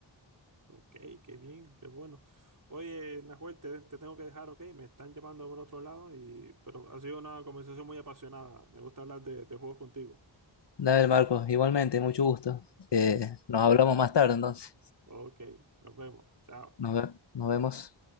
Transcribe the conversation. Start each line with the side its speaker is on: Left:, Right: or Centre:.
Right: Ok, qué bien, qué bueno. Oye, Nahuel, te, te tengo que dejar, ok, me están llamando por otro lado, y, pero ha sido una conversación muy apasionada. Me gusta hablar de, de juegos contigo. <laughs>
Left: Dale, Marcos, igualmente, mucho gusto. Eh,
Right: Eh,
Left: nos hablamos más tarde, entonces.
Right: ok, nos vemos. Chao.
Left: Nos ve- nos vemos.